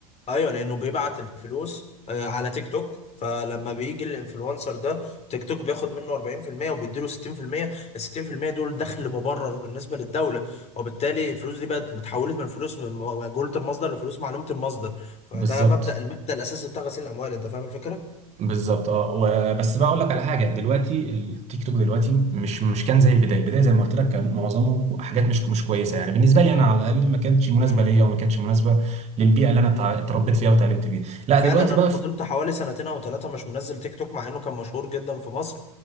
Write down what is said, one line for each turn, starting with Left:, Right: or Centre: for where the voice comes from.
Left: ايوه لانه بيبعت الفلوس آه، على تيك توك فلما بيجي الانفلونسر ده تيك توك بياخد منه 40% وبيديله 60% ال 60% دول دخل مبرر بالنسبه للدوله وبالتالي الفلوس دي بقت اتحولت من فلوس من مجهوله المصدر لفلوس معلومه المصدر فده
Right: بالظبط
Left: مبدا المبدا الاساسي بتاع غسيل الاموال انت فاهم الفكره؟
Right: بالظبط اه و- بس بقى
Left: آه.
Right: اقول لك على حاجه دلوقتي التيك توك دلوقتي مش مش كان زي البدايه البدايه زي ما قلت لك كان معظمه حاجات مش مش كويسه يعني بالنسبه لي
Left: مم.
Right: انا على الاقل ما كانتش مناسبه
Left: مم.
Right: ليا وما كانتش مناسبه للبيئه اللي انا
Left: مم.
Right: اتع- اتربيت فيها وتعلمت فيها لا
Left: فعلا
Right: دلوقتي
Left: انا
Right: بقى
Left: فضلت حوالي سنتين او ثلاثه مش منزل تيك توك مع انه كان مشهور جدا في مصر